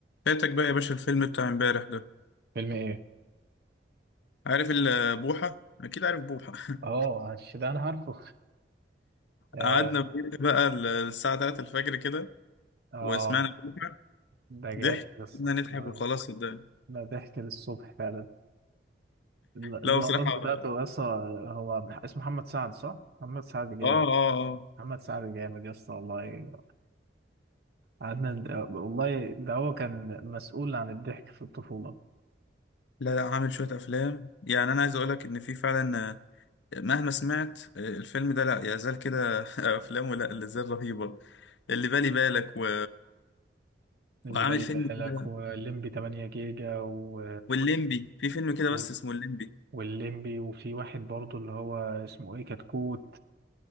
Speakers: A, on the left; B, on the right.
A: فاتك بقى يا باشا الفيلم بتاع امبارح ده
B: فيلم ايه؟
A: عارف ال- بوحة اكيد عارف بوحة <laughs>
B: اه الش- ده انا عارفه يا-
A: قعدنا في بيت بقى ال- الساعة 3 الفجر كده
B: اه
A: وسمعنا بوحة
B: ده جامد
A: ضحك
B: لسه
A: قعدنا نضحك
B: ده
A: وخلاص صدقني
B: ده ضحك للصبح فعلا الل- اللقطات
A: لا بصراحة
B: بتاعته
A: اه
B: لسه هو اسمه محمد سعد صح؟ محمد سعد جامد
A: اه اه
B: محمد سعد جامد يسطا والله قعدنا ند- والله ده هو كان مسؤول عن الضحك في الطفولة
A: لا لا عامل شوية افلام يعني انا عايز اقول لك ان في فعلا آه، مهما سمعت آه، الفيلم ده لا يزال كده <laughs> افلامه لا لا زال رهيبة اللي بالي بالك و...
B: اللي
A: وعامل
B: بالي
A: فيلم
B: بالك
A: كده
B: والليمبي 8 جيجا و...
A: والليمبي في فيلم كده
B: وال...
A: بس اسمه الليمبي
B: والليمبي وفي واحد برضه اللي هو اسمه ايه كتكوت